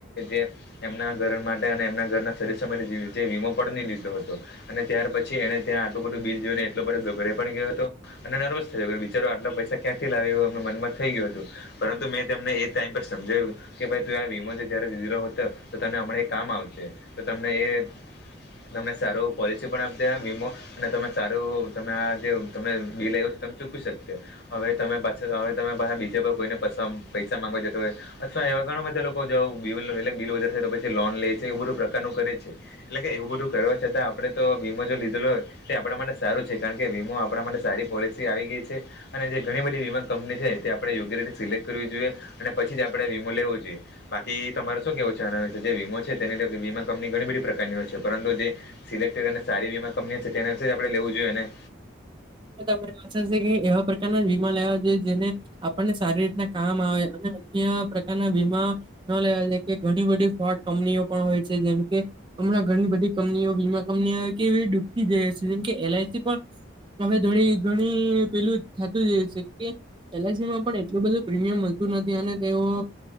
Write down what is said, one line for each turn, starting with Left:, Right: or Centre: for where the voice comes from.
Left: એ. એમના ઘર માટે એમના ઘરના સદસ માટે વીમો પણ ન લીધો હતો અને ત્યાર પછી. ી એને ત્યા આટું બધું બીરયઈને એટલો બડે ગડે ગયો હતો અને નર્વસ થયો બચારો આટલા પૈસા ક્યાંથી લાગ. મમાં થઈ ગયું હતું પરંતુ મેંને એ ટમ પર સમજાવ્યું કે ભાઈ તું આ વીમો છે. હીરો હતો તો તને હમણાં એ કામ આવશે તો તમને એ તમને સારું પોલિસી પણ આપ દે આ વીમો અને તમે સારું તમે આ જે તમે બીલ આયું તમ ચૂકી શકશે. હવે તમે પાછા હવે તમે પાહા બીજા કોઈને પાસે અમ પૈસા માંગવા જતા હોય એવા ઘણા બધા લોકો જાઉં <unintelligible> એટલે ક બિલ વધાર છે તો પછી લોન લે છે. એવું બધું પ્રકારનું કરે છે. એટલે કે એવું બધું કરવા છતાં આપડે તો વીમો જો લીધેલો હોય. તે આપણા માટે સારું છે. કારણ કે વીમો આપણા માટે સારી પોલિસી આવી ગઈ છે અને જે ઘણી બધી વીમા કંપની છે તે આપણે યોગ્ય રીતે સિલેક્ટ કરવી જોઈએ અને પછી જ આપણે વીમો લેવો જોઈએ બાકી. તે તમારે શું કેવું ચાહ આવે છે જે વીમો છે તેને લ વીમા કંપની ઘણી બધી પ્રકારની હોય છે પરંતુ જે સિલેક્ટ. સારી વીમા કંપની છે તેના વિશે આપણે લેવું જોઈએને.
Right: તને વાાશે કે એવા પ્રકારના જ વીમા લેવા જોઈએ જેને. આપણને સારી રીતના કામ આવે અને. પ્રના વીમા ન લેવા કે ઘણી બધી ફ કંપનીઓ પણ હોય છે જેમકે. ઘણી બધી કંપનીઓ વીમા કંપનીઓ કે ડૂબતી જઈ છે જેમ કે એલઆઈસી પણ. હવે ઘણી પેલું થતું જ છે કે એલઆઈસી માં પણ એટલું બધું પ્રીમિયમતું. અને તેઓ